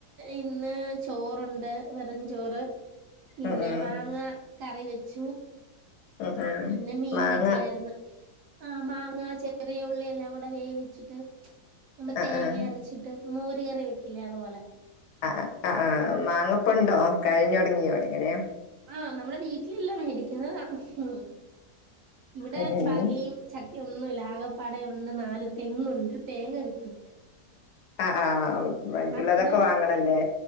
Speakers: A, on the right; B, on the left.
A: ഇന്ന് ചോറൊണ്ട് വെറും ചോറ് പിന്നെ
B: ഉം ഉം
A: മാങ്ങ കറി വെച്ചു
B: ഉം ഉം
A: പിന്നെ മീൻ
B: മാങ്ങ
A: കിട്ടിയാരുന്ന് ആ മാങ്ങ ചെറിയ ഉള്ളിയെല്ലാം കൂടെ വേവിച്ചിട്ട് നമ്മ
B: ആ
A: തേങ്ങ
B: ആ ആ
A: അരച്ചിട്ട് മോര് കറി വെക്കില്ലേ അതുപോലെ.
B: ആ ആ ആ ആ മാങ്ങപ്പുണ്ടോ കഴിഞ്ഞൊടങ്ങിയോ? അതെങ്ങനെയ
A: ആ നമ്മുടെ വീട്ടിലില്ല മേടിക്കുന്നതാ. ഉം ഇവിടെ
B: ഉം ഉം
A: മാങ്ങയും ചക്ക എനിക്കൊന്നൂല്ല ആകപ്പാടെ ഉണ്ട് നാല് തെങ്ങുണ്ട് തേങ്ങ കിട്ടും
B: ആ ആ മറ്റുള്ളതൊക്കെ
A: അവിടോ
B: വാങ്ങണംല്ലേ